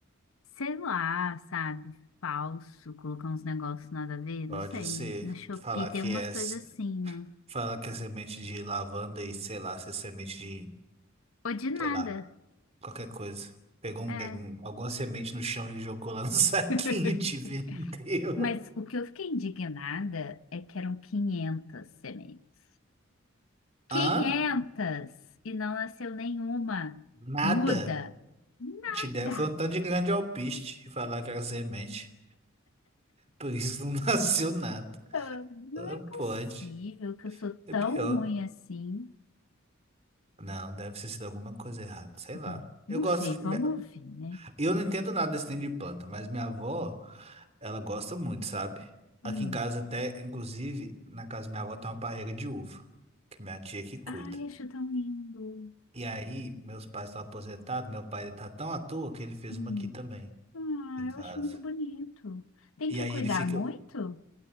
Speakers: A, on the left; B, on the right.
A: sei lá, sabe? Falso, colocar uns negócios nada a ver,
B: Pode
A: não sei.
B: ser
A: Na Shopee
B: falar
A: tem
B: que
A: umas
B: é, s-
A: coisas assim, né?
B: falar que é semente de lavanda e sei lá, se é semente de,
A: Ou de
B: sei
A: nada,
B: lá, qualquer coisa. Pegou um,
A: é.
B: um- alguma semente no chão e jogou lá no <laughs> saquinho
A: <laughs>
B: e te vendeu.
A: Mas o que eu fiquei indignada é que eram 500 sementes. quinhentas
B: Hã?
A: E não nasceu nenhuma.
B: Nada.
A: Muda. Nada.
B: Te deram foi um tanto de grande alpiste e falar que era semente. Por isso não <laughs> nasceu nada.
A: Ah, Não
B: Ah,
A: é possível
B: Pode.
A: que eu sou
B: É
A: tão
B: pior.
A: ruim assim.
B: Não, deve ter sido alguma coisa errada. Sei lá.
A: É,
B: Eu
A: não
B: gosto
A: sei,
B: de...
A: vamos
B: minha-
A: ouvir, né?
B: Eu não entendo nada desse trem de planta, mas minha avó, ela gosta muito, sabe? Aqui
A: Hum.
B: em casa até, inclusive, na casa da minha avó tem uma parreira de uva, que minha tia que cuida.
A: Ai, acho tão lindo.
B: E aí, meus pais estão aposentados, meu pai ele tá tão à toa que ele fez
A: Hum.
B: uma aqui também,
A: Ah,
B: em casa.
A: eu acho muito bonito. Tem
B: E
A: que
B: aí
A: cuidar
B: ele fica...
A: muito?